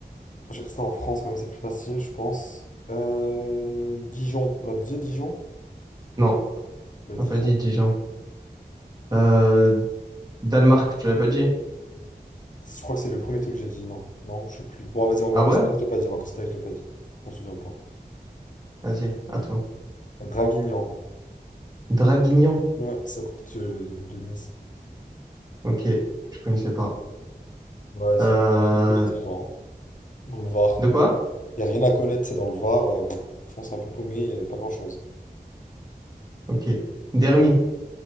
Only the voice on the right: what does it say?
Non,
t'as
pas dit Dijon.
Euh, Danemark, tu l'avais pas dit.
Ah
ouais?
Vas-y, à toi.
Draguignan.
Ok, je connaissais pas.
Euh,
de quoi?
Ok. Dermi.